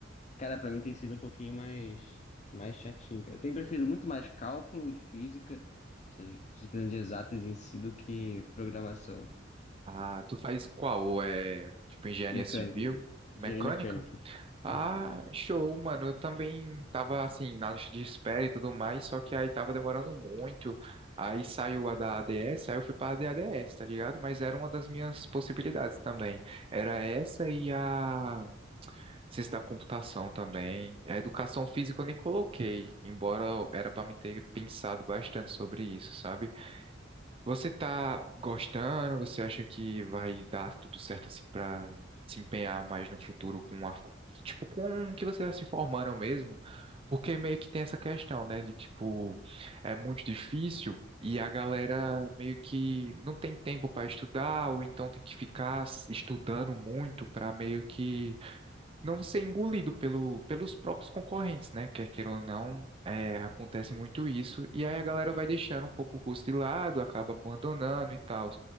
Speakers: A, on the left; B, on the right.
A: cara, pra mim tem sido um pouquinho mais, mais chatinho, cara. Eu tenho preferido muito mais cálculo e física, essas disciplinas de exatas em si, do que programação.
B: Ah, tu faz qual? É tipo engenharia
A: Mecânica,
B: civil,
A: de-
B: mecânica?
A: engenharia mecânica. Mecânica.
B: Ah, show, mano. Eu também tava assim na lista de espera e tudo mais, só que aí tava demorando muito. Aí saiu a da ADS, aí eu fui pra ADS, tá ligado? Mas era uma das minhas possibilidades também. Era essa e a ciência da computação também. A educação física eu nem coloquei, embora era pra mim ter pensado bastante sobre isso, sabe? Você tá gostando? Você acha que vai dar tudo certo assim pra se empenhar mais no futuro com a, tipo, com o que você tá se formando mesmo? Porque meio que tem essa questão, né, de tipo, é muito difícil e a galera meio que não tem tempo pra estudar ou então tem que ficar s- estudando muito pra meio que não ser engolido pelo, pelos próprios concorrentes, né? Quer queira ou não, é, acontece muito isso. E aí a galera vai deixando um pouco o custo de lado, acaba abandonando e tal.